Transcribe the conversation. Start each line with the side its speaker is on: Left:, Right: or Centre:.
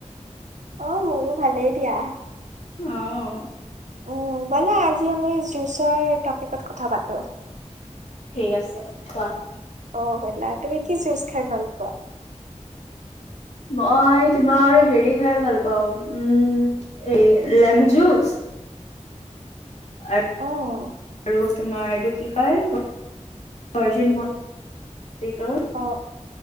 Right: অ' মোৰো ভালেই দিয়া।
Left: অহ।
Right: উম, বোলা আজি আমি যুচৰ টপিকত কথা পাতো।
Left: ঠিক আছে কোৱা।
Right: অ' ক'লা তুমি কি জুচ খাই ভাল পোৱা?
Left: মই তোমাৰ হেৰি খাই ভাল পাওঁ, উম এ লেমন জুচ, আৰু
Right: উম
Left: তোমাৰ এইটো কি কয় ভৰ্জিন মহিট'।
Right: অ'।